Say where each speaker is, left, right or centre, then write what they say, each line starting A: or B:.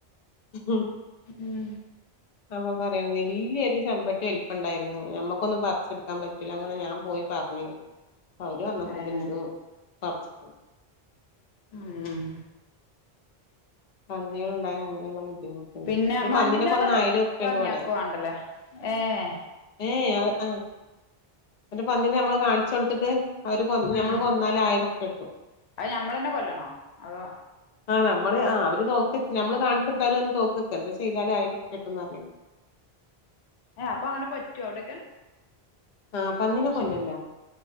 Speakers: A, on the left; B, on the left.
A: ഉം
B: ഉം
A: അപ്പൊ പറയണ വല്യൊരു ചെമ്പട്ട വലിപ്പം ഉണ്ടാരുന്നു നമ്മുക്കൊന്നും പറച്ചു എടുക്കാൻ പറ്റൂല അങ്ങനെ ഞാൻ പോയി പറഞ്ഞു. അവർ വനപ്പോ
B: ഏഹ്
A: <unintelligible> പർച്ചി
B: ഉം
A: പന്നികൾ ഉണ്ടായ അങ്ങനെയുള്ള ബുദ്ധിമുട്ടുണ്ട്
B: പിന്നെ
A: ഇനി
B: മഞ്ഞള്
A: പന്നി നെ കൊന്ന ആയിരം രുപ്യുണ്ട്
B: പന്നിയാക്ക്
A: ഇവിടെ
B: വാണ്ടല്ലേ ഏഹ്
A: ഏ ആ ആ പിന്നെ പന്നിനെ നമ്മൾ കാണിച്ചു കൊടുത്തിട്ട് അവർ കൊ നമ്മൾ
B: ഉം
A: കൊന്നാൽ ആയിരം പെട്ടു
B: അത് ഞമ്മളെന്നെ കൊല്ലണോ? അതോ
A: ആ നമ്മള് ആ അവര് നോക്കി വച് നമ്മള് കാണിച്ചു കൊടുത്താ അവര് വന്ന് തോക്കക്കെ എന്തോ ചെയ്താല് ആയിരം ഉർപ്യ കിട്ടുംന്ന് അർഞ്ഞീന്നു.
B: ഏ അപ്പൊ അങ്ങനെ പറ്റോ അവിടെക്കെ?
A: ആഹ് പന്നിനെ
B: ശെ
A: കൊല്ലല്ല